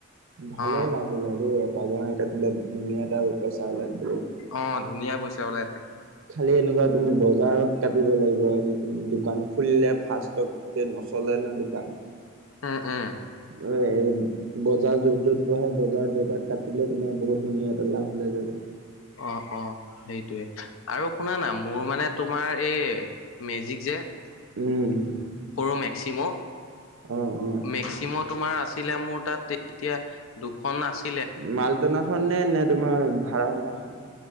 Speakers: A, on the right; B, on the left.
A: ভালেই
B: অ
A: লাভ লাই দেই এটা গান কেডলত ধুনীয়া এটা ৰ চা ওলাই গ
B: অ ধুনীয়া পইচা বোলে
A: খালি এনেকুৱা তুমি বজাৰত কাটিব লাগিব এনে দোকান খুলিলে ফাৰক নচলে নে দোকান
B: উম উম
A: হয় বজাৰ য'ত যত বহে বজাৰ বজাৰ কাটিলে তোমাৰ বহুত ধুনীয়া এটা লাভ ওলাই যাব
B: অ অ সেইটোৱে আৰু শুনা না মোৰ মানে তোমাৰ এই মেজিক যে এক
A: উম
B: সৰু মেক্সিম'
A: অ অ
B: মেক্সিম তোমাৰ আছে আছিলে মোৰ তাত এতিয়া দুখন আছিল
A: মালটনাখন নে, নে তোমাৰ ভাড়ামৰা খন